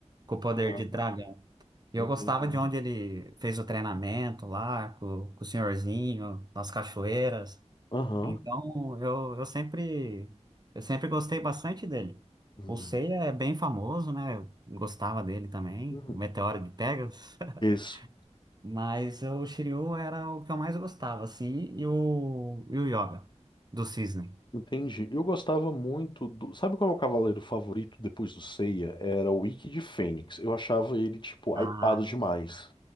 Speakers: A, on the right (about 35°); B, on the left (about 40°).
A: com o poder
B: Aham.
A: de dragão. E
B: Entendi.
A: eu gostava de onde ele fez o treinamento lá, com, com o senhorzinho, nas cachoeiras.
B: Aham.
A: Então, eu, eu sempre, eu sempre gostei bastante dele.
B: Uhum.
A: O Seiya é bem famoso, né? Eu gostava dele também,
B: Uhum.
A: o Meteoro de Pegasus.
B: Isso.
A: <laughs> Mas o Shiryu era o que eu mais gostava, assim, e o, e o Yoga, do Cisne.
B: Entendi. Eu gostava muito do. Sabe qual é o meu cavaleiro favorito depois do Seiya? Era o Ikki de Fênix. Eu achava ele, tipo,
A: Ah,
B: hypado demais.